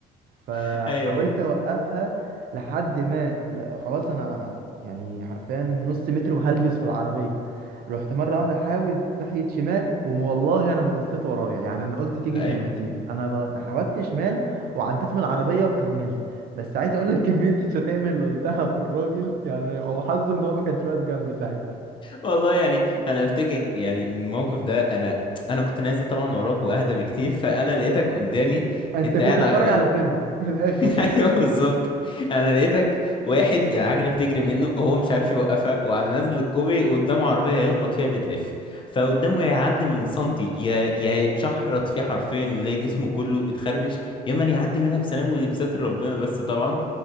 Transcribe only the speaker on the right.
فحاولت
اوقفها لحد ما لا، خلاص انا يعني حرفيا نص متر وهلبس في العربيه رحت مره واحده احاول ناحيه شمال والله انا ما بصيت ورايا يعني انا قلت تيجي
زي ما تيجي انا ب... أنا حاولت شمال وعديت من العربيه وكملت بس عايز اقول لك <laughs> كميه الشتايم اللي قلتها في الراجل يعني هو حظه ان هو ما كانش واقف جنبي ساعتها
انت
كنت
بتتفرج
على فيلم من الاخر
<laughs>